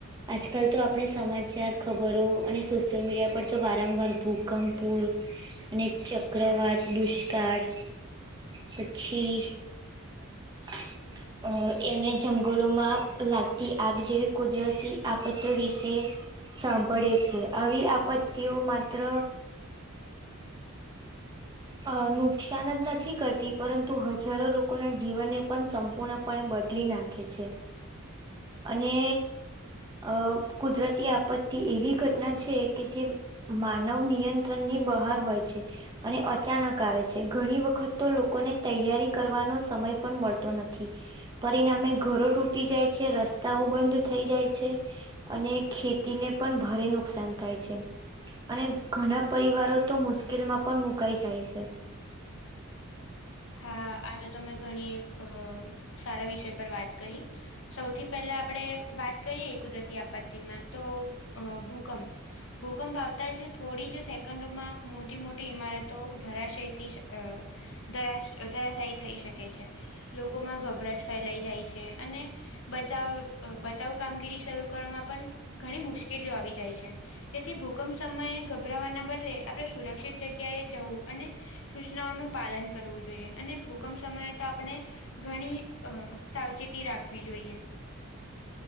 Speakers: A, on the right; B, on the left.
A: આજકાલ તો આપણે સમાચાર, ખબરો અને સોશિયલ મીડિયા પર તો વારંવાર ભૂકંપો અને ચક્રવાત દુષ્કાળ પછી <inaudible> અહ એને જંગલોમાં લાગતી આગ જેવી કુદરતી આપત્તિઓ વિશે સાંભળીયે છીયે આવી આપત્તિઓ માત્ર અહ નુકસાન જ નથી કરતી પરંતુ હજારો લોકોના જીવનને પણ સંપૂર્ણ પણે બદલી નાખે છે અને અહ કુદરતી આપત્તિ એવી ઘટના છે કે જેમ માનવ નિયંત્રણ ની બહાર હોય છે અને અચાનક આવે છે. ઘણી વખત તો લોકોને તૈયારી કરવાનો સમય પણ મળતો નથી. પરિણામે ઘરો તૂટી જાય છે, રસ્તાઓ બંધ થઇ જાય છે. અને ખેતીને પણ ભારે નુકસાન થાય છે. અને ઘણા પરિવારો તો મુશ્કેલ માં પણ મુકાઈ જાય છે.
B: હા આ તો તમે ઘણી અહ સારા વિષય પર વાત કરી. સૌથી પહેલા આપણે વાત કરીએ કુદરતી આપત્તિમાં તો અહ ભૂકંપ ભૂકંપ આવતાં જ થોડી જ સેકન્ડોમાં મોટી મોટી ઈમારતો ધરાશય થઈ અહ ધરા ધરાશાયી થઈ શકે છે. લોકોમાં ગભરાટ ફેલાઈ જાય છે અને બચાવ અહ બચાવ કામગીરી શરૂ કરવામાં પણ ઘણી મુશ્કેલીઓ આવી જાય છે. તેથી ભૂકંપ સમયે ગભરાવાના બદલે આપણે સુરક્ષિત જગ્યાએ જવું અને સૂચનાઓનું પાલન કરવું જોઈએ અને ભૂકંપ સમયે તો આપણે ઘણી અહ સાવચેતી રાખવી જોઈએ.